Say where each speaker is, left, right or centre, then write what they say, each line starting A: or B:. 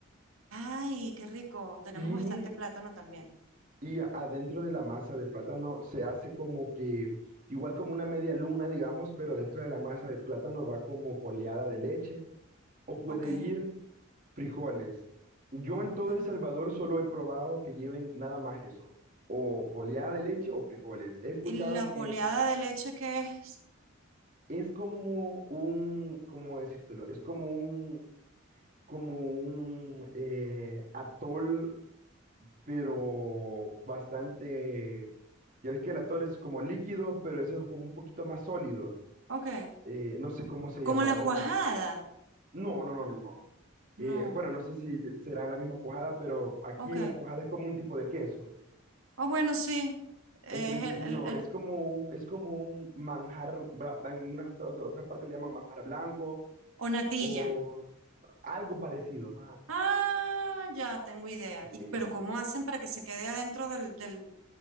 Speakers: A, on the right; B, on the right.
A: Ay, qué rico. Tenemos
B: Y,
A: bastante plátano también.
B: y adentro de la masa de plátano se hace como que, igual como una media luna, digamos, pero dentro de la masa de plátano va como poleada de leche. O puede
A: Ok.
B: ir Frijoles. Yo en todo
A: ok.
B: El Salvador solo he probado que lleven nada más eso, o poleada de leche o frijoles. He escuchado
A: ¿Y la
B: que
A: poleada de leche qué es?
B: es como un, ¿cómo decírtelo? Es como un, como un eh, atol, pero bastante, ya ves que el atol es como líquido, pero eso es como un poquito más sólido.
A: Ok.
B: Eh, no sé cómo se
A: ¿Como
B: llamará,
A: la
B: o
A: cuajada?
B: más. No, no, no, no, no.
A: No.
B: Eh, bueno, no sé si le- será la misma cuajada, pero aquí
A: Ok.
B: la cuajada es como un tipo de queso.
A: Oh, bueno, sí. Es
B: Entonces,
A: el,
B: no,
A: el- el-
B: es como un, es como un manjar, bra- en unas otra- otra- otras partes le llaman manjar blanco
A: o natilla.
B: o algo parecido. Ah,
A: Ah, ya tengo idea.
B: ok.
A: Y, pero ¿cómo hacen para que se quede adentro del, del,